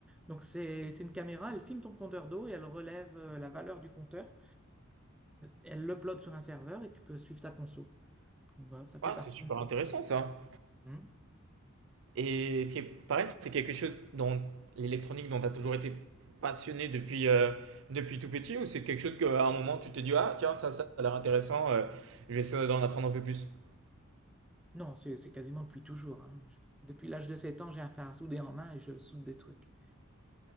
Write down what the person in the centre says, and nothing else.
Donc c'est, c'est une caméra, elle filme ton compteur d'eau et elle relève euh, la valeur du compteur. Elle l'upload sur un serveur et tu peux suivre ta conso. Voilà, ça fait
partie
de mes
hobbies.
Hmm.
Non, c'est c'est quasiment depuis toujours. hein. Je- depuis l'âge de 7 ans, j'ai un fer à souder en main et je soude des trucs.